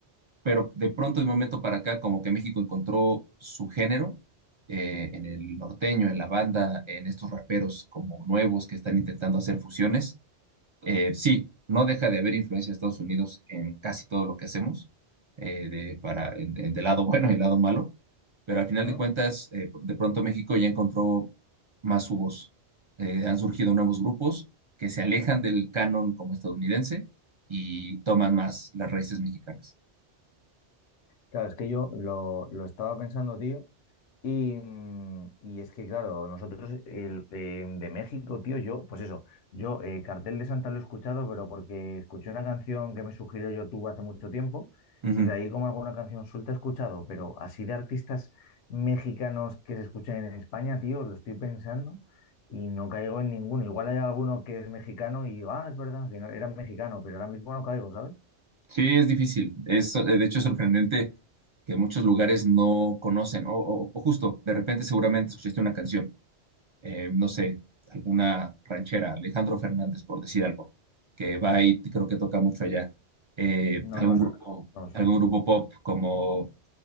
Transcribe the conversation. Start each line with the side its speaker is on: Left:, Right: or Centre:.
Right: Pero de pronto, de un momento para acá, como que México encontró su género eh, en el norteño, en la banda, en estos raperos como nuevos que están intentando hacer fusiones eh, sí, no deja de haber influencia de Estados Unidos en casi todo lo que hacemos, eh, de, para, en- en- del lado <laughs> bueno y el lado malo, pero al final
Left: ¿Mm?
Right: de cuentas, eh, de pronto México ya encontró más su voz. Eh, han surgido nuevos grupos que se alejan del canon como estadounidense y toman más las raíces mexicanas.
Left: Claro, es que yo lo, lo estaba pensando, tío, Y, mm, y es que, claro, nosotros el, eh, de México, tío, yo, pues eso, yo eh, Cartel de Santa lo he escuchado, pero porque escuché una canción que me sugirió YouTube hace mucho tiempo
Right: Ujú.
Left: y de ahí como alguna canción suelta he escuchado, pero así de artistas mexicanos que se escuchen en España, tío, lo estoy pensando y no caigo en ninguno. Igual hay alguno que es mexicano y digo, ah, es verdad, que no- era mexicano, pero ahora mismo no caigo, ¿sabes?
Right: Sí, es difícil. Es, eh, de hecho, es sorprendente que muchos lugares no conocen, o, o- o justo, de repente seguramente escuchaste una canción eh, no sé, alguna ranchera, Alejandro Fernández, por decir algo, que va y creo que toca mucho allá. Eh,
Left: No,
Right: algún
Left: no me suena,
Right: grupo,
Left: no me suena.
Right: algún grupo pop como,